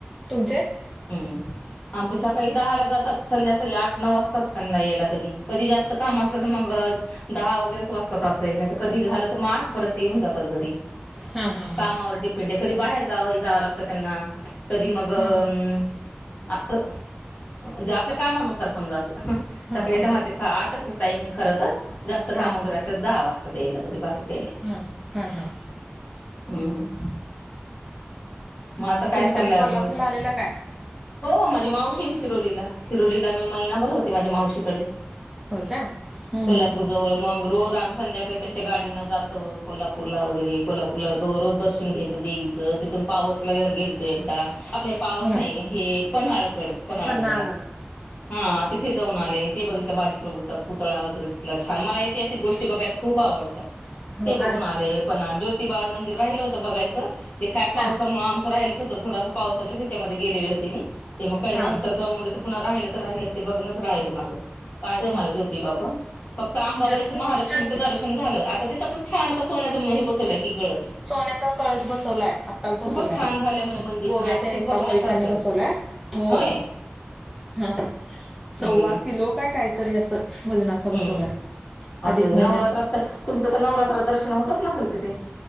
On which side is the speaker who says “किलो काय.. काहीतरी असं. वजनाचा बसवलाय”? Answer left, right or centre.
Centre